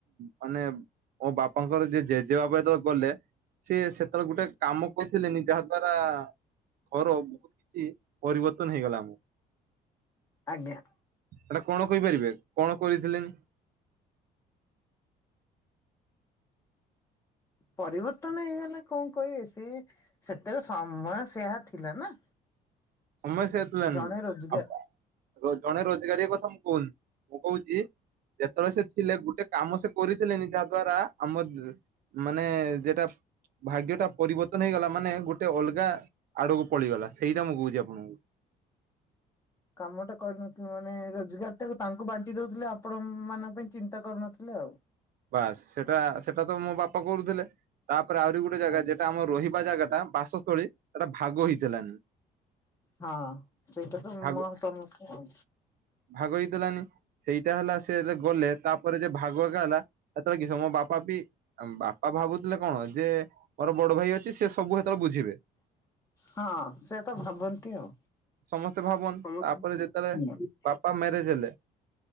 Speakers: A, on the right; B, on the left.
A: ମାନେ ମୋ ବାପାଙ୍କର ଯେ ଜେ ଜେ ବାପା ଯେତେବେଳେ ଗଲେ ସିଏ ସେତେବେଳେ ଗୋଟେ କାମ କରିଥିଲେନି ଯାହା ଦ୍ଵାରା ଘର <inaudible> ପରିବର୍ତ୍ତନ ହେଇଗଲା ଆମ
B: ଆଜ୍ଞା
A: ଏଟା କଣ କହିପାରିବେ କଣ କରିଥିଲେ?
B: ପରିବର୍ତ୍ତନ ହେଇଗଲା କଣ କହିବେ ସେ ସେତେବେଳେ ସମୟ ସେୟା ଥିଲା ନା।
A: ସମସ୍ୟା ହେଥିଲାଣି
B: ଜଣେ ରୋଜଗାର
A: ଆ ଜଣେ ରୋଜଗାରୀ କଥା ମୁଁ କହୁନି ମୁଁ କହୁଛି ଯେତେବେଳେ ସେ ଥିଲେ ଗୋଟେ କାମ ସେ କରିଥିଲେନି ଯାହା ଦ୍ଵାରା ଆମର ମାନେ ଯେଟା ଭାଗ୍ୟ ଟା ପରିବର୍ତ୍ତନ ହେଇଗଲା ମାନେ ଗୋଟେ ଅଲଗା ଆଡକୁ ପଳିଗଲା ସେଇଟା ମୁଁ କହୁଛି। ଆପଣଙ୍କୁ।
B: କାମ ଟା କରିନଥିଲୁ ମାନେ ରୋଜଗାର ଟା ତାଙ୍କୁ ବାଣ୍ଟି ଦଉଥିଲେ ଆପଣ ମାନଙ୍କ ପାଇଁ ଚିନ୍ତା କରୁନଥିଲେ ଆଉ।
A: ବାସ୍ ସେଟା ସେଟା ତ ମୋ ବାପା କରୁଥିଲେ ତାପରେ ଆହୁରି ଗୋଟେ ଗୋଟେ ଜାଗା
B: ଆଜ୍ଞା
A: ଯେଟା ଆମର ରହିବା ଜାଗାଟା ବାସସ୍ଥଳୀ ସେଟା ଭାଗ ହେଇଥିଲା।
B: ହଁ ସେ ଏଇଟା ତ
A: ଭାଗ
B: ମ ସମସ୍ୟା
A: ଭାଗ ହେଇଦଲାନି ସେଇଟା ହେଲା ସେ ଗଲେ ତାପରେ ଯେ ଭାଗ ଏକ ହେଲା ସେତେବେଳେ କି ସମ ମୋ ବାପା ବି ବାପା ଭାବୁଥିଲେ କଣ ଯେ ମୋର ବଡ ଭାଇ ଅଛି ସେ ସବୁ ତର ବୁଝିବେ।
B: ହଁ ସେ ତ ଭାବନ୍ତି ଆଉ
A: ସମସ୍ତେ ଭାବନ୍ତି
B: ସମସ୍ତ
A: ତାପରେ ଯେତେବେଳେ
B: <inaudible>
A: ବାପା ମ୍ୟାରେଜ ହେଲେ।